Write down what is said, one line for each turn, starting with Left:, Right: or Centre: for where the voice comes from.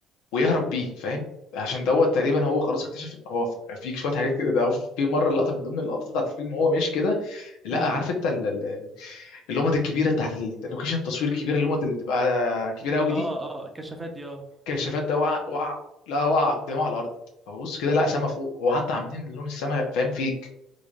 Left: ويهرب بيه فاهم عشان دوت تقريبا هو خلاص اكتشف هو ف- في شويه حاجات كده ده في مره لقطه من ضمن اللقطات بتاعت الفيلم وهو ماشي كده لا
Right: امم
Left: عارف انت ال- ال- ال- اللومات الكبيره بتاعت ال- اللوكيشن التصوير الكبيره اللومات اللي بتبقى كبيره قوي
Right: اه
Left: دي
Right: اه الكشافات دي اه
Left: الكشافات ده وقع وقع لا وقع قدامه على الارض فببص كده لا سما فوق هو حتى عاملين لون السما فاهم فيك